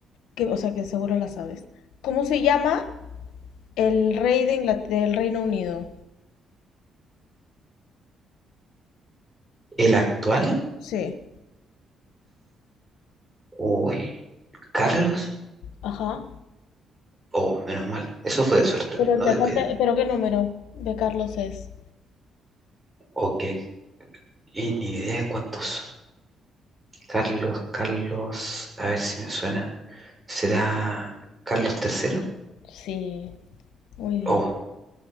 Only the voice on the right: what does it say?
¿El actual?
Uy, ¿Carlos?
Oh, menos mal. Eso fue de suerte,
no
tengo
idea.
Ok, y ni idea de cuántos Carlos, Carlos, a ver si me suena. ¿Será Carlos III?
Oh,